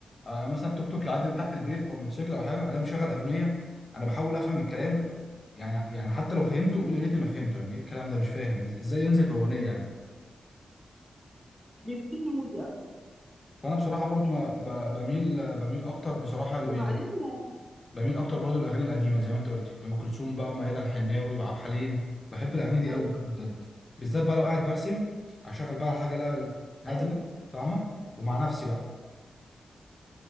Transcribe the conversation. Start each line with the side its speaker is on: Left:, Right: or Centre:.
Left: آه مثلا توك توك يعدي من تحت البيت او موتوسيكل او حاجه الاقي مشغل اغنيه انا بحاول افهم الكلام يعني يعني حتى لو فهمته بقول يا ريتني ما فهمته يعني ايه الكلام ده مش فاهم يعني ازاي ينزل في اغنيه يعني
Right: بيفصل لي مودي اصلا
Left: فانا بصراحه برضو ما- ب- بميل بميل اكتر بصراحه لبيل
Right: وبعدين يعني
Left: بميل اكتر برضو الاغاني القديمه زي ما انت قلت ام كلثوم بقى وميادة الحناوي وعبد الحليم بحب الاغاني دي
Right: ايوه
Left: قوي قوي بجد بالذات بقى لو قاعد برسم اشغل بقى حاجه لا هاديه
Right: ايوه
Left: فاهمه ومع نفسي بقى